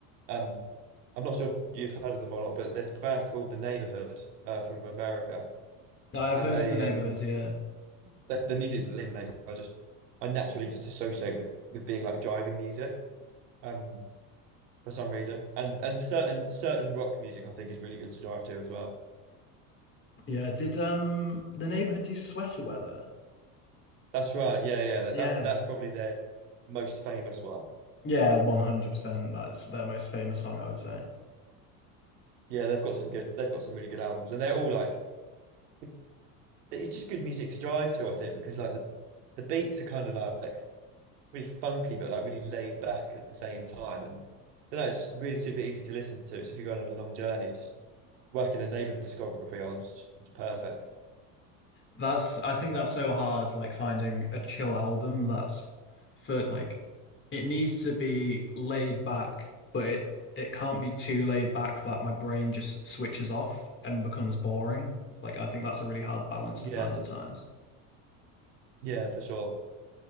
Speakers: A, on the right (about 80°); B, on the left (about 25°).
A: Um, I'm not sure if you've heard of them or not, but there's a band called The Neighborhood uh, from America,
B: I've
A: and
B: heard
A: they
B: of The Neighborhood,
A: um
B: yeah.
A: the, the music that they make, I just I naturally just associate with with being like driving music um for some reason, and and certain certain rock music I think is really good to drive to as well.
B: Yeah, did um The Neighborhood do Sweater Weather?
A: That's right. Yeah, yeah. That,
B: Yeah.
A: that's that's probably their most famous one.
B: Yeah, 100%. That's their most famous song, I would say.
A: Yeah, they've got some good. They've got some really good albums, and they're all like it's, it's just good music to drive to. I think because like the the beats are kind of like really funky, but like really laid back at the same time, and I don't know, it's just really super easy to listen to. So if you're going on long journeys, just working a neighborhood discography on, it's, it's perfect.
B: That's I think that's so hard, like finding a chill album that's for like it needs to be laid back, but it it can't be too laid back that my brain just switches off and becomes boring. Like I think that's a really hard balance
A: Yeah,
B: to find at times.
A: yeah, for sure.